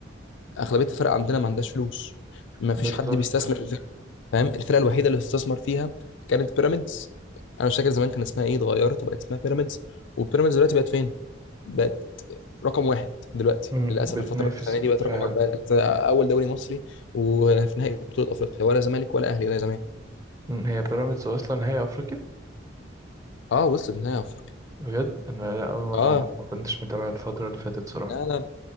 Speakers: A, on the left (about 70°); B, on the right (about 15°).
A: اغلبيه الفرق عندنا ما عندهاش فلوس ما فيش
B: بالظبط
A: حد بيستثمر في الفرقه فاهم الفرقه الوحيده اللي استثمر فيها كانت بيراميدز انا مش فاكر زمان كان اسمها ايه اتغيرت وبقت اسمها بيراميدز وبيراميدز دلوقتي بقت فين بقت رقم واحد دلوقتي
B: مم،
A: للاسف
B: بتنافس
A: الفتره الاخرانيه دي بقت
B: فعلا
A: رقم واحد بقت اول دوري مصري وفي نهائي بطوله افريقيا ولا زمالك ولا اهلي زي زمان
B: مم، هي بيراميدز اصلا هي افريقيا
A: اه وصلت نهائي افريقيا
B: بجد انا اول مره
A: اه
B: اعرف
A: مم.
B: ما كنتش متابع الفتره اللي فاتت صراحه
A: لا لا